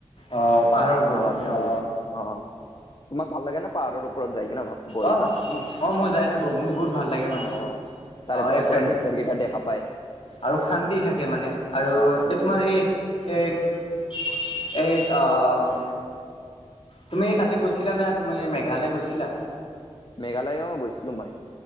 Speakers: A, on the left (about 60°); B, on the left (about 45°).
A: অ পাহাৰৰ ওপৰত
B: বহাটো
A: মানে
B: ভালে
A: অ
B: অ', অ', তোমাক ভাল লাগে ন' পাহাৰৰ ওপৰত যাই কিনে বহিবা,
A: অ অ অ মই যাই থাকো মোৰ বহুত ভাল লাগে মানে
B: অ', অ'।
A: অ'
B: তাৰে পৰা
A: এই ফ্ৰেণ্ড
B: পোৱা নেচাৰ কেইটা দেখা পায়।
A: আৰু শান্তি থাকে মানে আৰু এ
B: শান্তি
A: তোমাৰ এ এক এক অম তুমি তাতে গৈছিলা না তুমি মেঘালয় গৈছিলা?
B: মেঘালয় অ' গৈছিলোঁ মই।